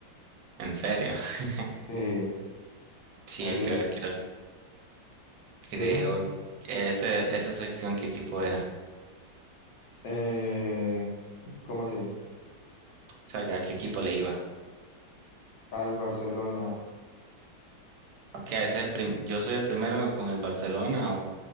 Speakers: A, on the right (about 80°); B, on the left (about 70°).
A: En serio, <laughs>
B: Sí.
A: sí,
B: A
A: es
B: ver,
A: que ahora creo, creo
B: dime.
A: que ese, esa sección qué equipo era,
B: Eh, ¿cómo así?
A: o sea, a qué equipo le iba.
B: Al Barcelona.
A: Ok, es el prim- yo soy el primero con el Barcelona